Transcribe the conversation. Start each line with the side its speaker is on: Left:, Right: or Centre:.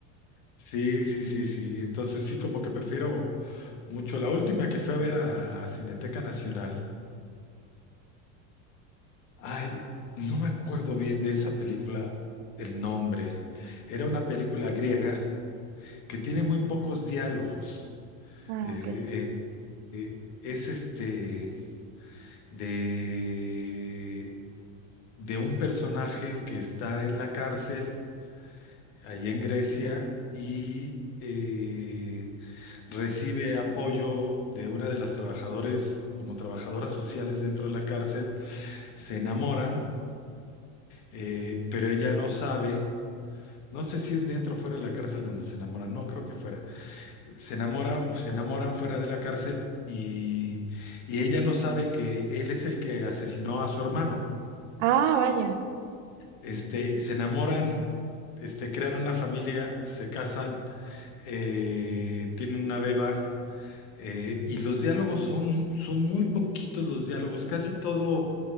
Left: Sí, sí, sí, sí. Entonces sí, como que prefiero mucho. La última que fui a ver a Cineteca Nacional. Ay, no me acuerdo bien de esa película, el nombre. Era una película griega que tiene muy pocos diálogos.
Right: Ah,
Left: Eh,
Right: ok.
Left: eh, es este de de un personaje que está en la cárcel, ahí en Grecia, y eh, recibe apoyo de una de las trabajadores, como trabajadoras sociales dentro de la cárcel, se enamoran, eh, pero ella no sabe. No sé si es dentro o fuera de la cárcel donde se enamoran, no creo que fuera. Se enamora, se enamoran fuera de la cárcel y, y ella no sabe que él es el que asesinó a su hermano.
Right: Ah, vaya.
Left: Este, se enamoran, este, crean una familia, se casan, eh, tienen una beba, eh, y los diálogos son, son muy poquitos los diálogos, casi todo